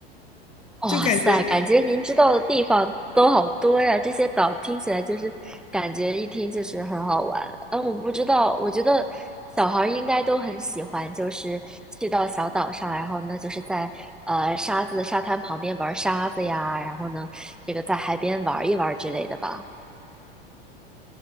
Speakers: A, in the centre; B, on the left.
A: 哇塞，
B: 就感觉
A: 感觉您知道的地方都好多呀！这些岛听起来就是感觉一听就是很好玩。嗯，我不知道，我觉得小孩儿应该都很喜欢，就是去到小岛上，然后呢，就是在呃沙子沙滩旁边玩沙子呀，然后呢，这个在海边玩一玩之类的吧。